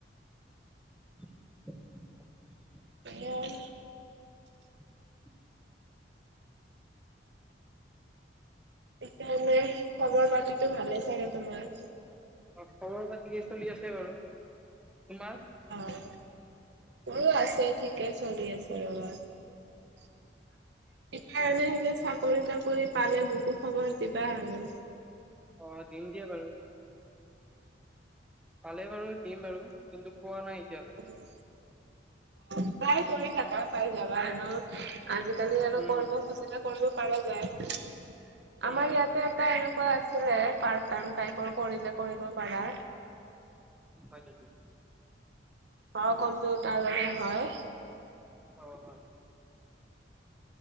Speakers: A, in the centre; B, on the right.
A: <inaudible>
B: সেয়াই
A: <inaudible>
B: সেইকাৰণে খবৰ পাতিতো ভালে চাগে তোমাৰ?
A: অ', খবৰ পাতি চলি আছে বাৰু তোমাৰ?
B: অ', মোৰো আছে ঠিকে চলি আছে ৰ'বা। সেইকাৰণে যে চাকৰি তাকৰি পালে মোকো খবৰ দিবা আৰু।
A: অ', দিম দিয়া বাৰু। পালে বাৰু দিম বাৰু কিন্তু পোৱা নাই এতিয়ালৈ।
B: উম, ট্ৰায় কৰি থাকা পাই যাবা এনেও আজিকালি আৰু
A: উম
B: কৰিব খুজিলে কৰিব পৰা যায় আমাৰ
A: সেয়াই
B: ইয়াতে প্ৰায় এনেকুৱা আছিলে পাৰ্ট টাইম টাইপৰ কৰিলে কৰিব পাৰা।
A: হয় নেকি
B: অ', কম্পিউটাৰৰে হয়।
A: অ', হয়,